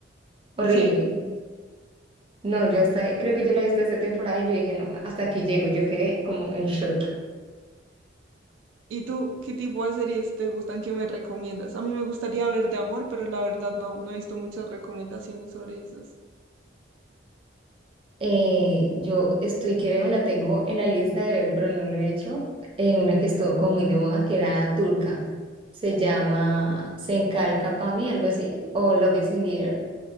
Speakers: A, on the right; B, on the right.
A: Horrible.
B: Sí.
A: No, yo hasta, creo que yo la vi hasta esa temporada y yo dije, no, hasta aquí llego. Yo quedé como en shock.
B: ¿Y tú qué tipo de series te gustan que me recomiendas? A mí me gustaría ver de amor, pero la verdad no, no he visto muchas recomendaciones sobre esas.
A: Eh, yo estoy que veo, la tengo en la lista de ver, pero no lo he hecho. En una que estuvo como muy de moda, que era turca. Se llama Senkal Kapami, algo así, o Love is in the Air.